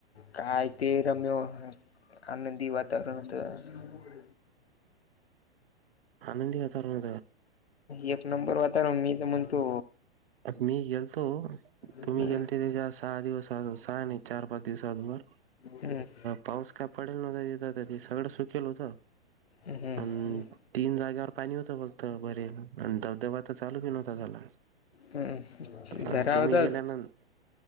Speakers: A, on the left (about 80°); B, on the right (about 60°).
A: काय ते रम्य आनंदी वात वातावरण होतं
B: आनंदी वातावरण
A: एक नंबर वातावरण मी तर म्हणतो
B: मी गेलतो
A: हम्म
B: तुम्ही गेलते त्याच्या सहा दिवस आज सहा नाही चार पाच दिवस आज मग
A: हम्
B: पाऊस काय पडेल नव्हता तथ सगळं सुकेल होतं.
A: हम हम
B: अन तीन जाग्यावर पाणी होतं फक्त बरे आणि धबधबा तर चालू बी नव्हता झाला
A: हम्म झरा
B: आणि तुम्ही
A: होता
B: गेल्यानंत